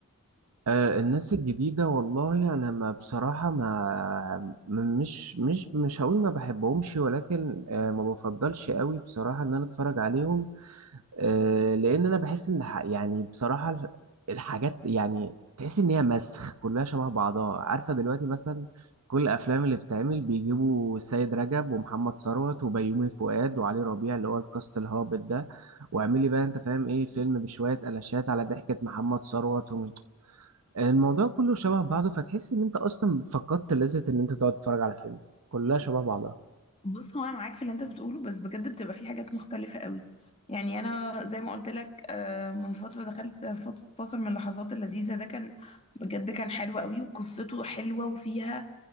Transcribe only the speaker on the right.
آه، الناس الجديدة والله أنا ما بصراحة ما م- مش مش مش هقول ما بحبهمش ولكن آه، ما بفضلش قوي بصراحة إن أنا أتفرج عليهم آه، لأن أنا بحس إن ح- يعني بصراحة الح- الحاجات يعني تحس إن هي مسخ كلها شبه بعضها عارفة دلوقتي مثلا كل الأفلام اللي بتتعمل بيجيبوا السيد رجب ومحمد ثروت وبيومي فؤاد وعلي ربيع اللي هو الكاست الهابط ده واعملي بقى أنت فاهم إيه فيلم بشوية قلاشات على ضحكة محمد ثروت الموضوع كله شبه بعضه فتحس ان انت اصلا فقدت لذة ان انت تقعد تتفرج على فيلم كلها شبه بعضها